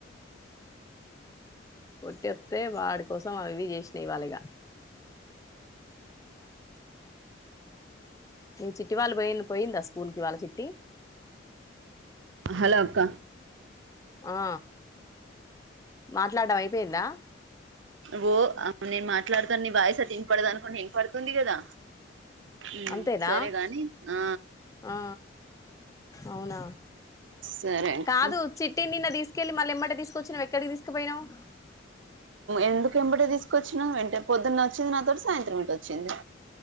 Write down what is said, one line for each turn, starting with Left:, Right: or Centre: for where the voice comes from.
Left: కొట్టిస్తే వాడి కోసం అవి ఇవి చేసినా ఇవాలిగా చిట్టి వాళ్ళు పోయిలు పోయిందా స్కూల్కి ఇ వాళ్ళ చిట్టి
Right: హలో అక్క
Left: ఆ మాట్లాడడం అయిపోయిందా
Right: వో ఆ నేను మాట్లాడతా నీ వాయిసటింపడద <unintelligible> అనుకుని ఏం పడుతుంది కదా ఉం
Left: అంతేనా
Right: సరేగాని ఆ
Left: ఆ అవునా
Right: సరే అక్క
Left: కాదు చిట్టి నిన్న తీసుకెళ్ళి మళ్ళ ఎమ్మటే తీసుకొచ్చనవ్ ఎక్కడికి తీసుకుపోయినావు
Right: ఎందుకు ఎమ్మటే తీసుకొచ్చినవ్ వెంటే పొద్దున్న వచ్చింది నాతోటి సాయంత్రం ఇటు వచ్చింది